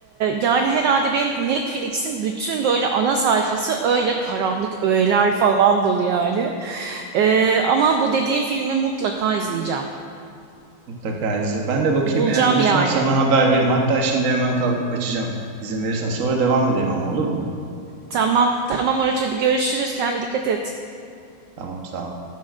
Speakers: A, on the right; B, on the right.
A: yani herhalde benim Netflix'in bütün böyle ana sayfası öyle karanlık öğeler falan dolu yani. Ee, ama bu dediğim filmi mutlaka izleyeceğim.
B: Mutlaka izle. Ben de bakayım
A: Bulacağım
B: eğer bulursam
A: yani.
B: sana haber veririm. Hatta şimdi hemen kalkıp açacağım. İzin verirsen. Sonra devam edelim ama olur mu?
A: Tamam, tamam Oruç hadi görüşürüz. Kendine dikkat et.
B: Tamam sağ ol.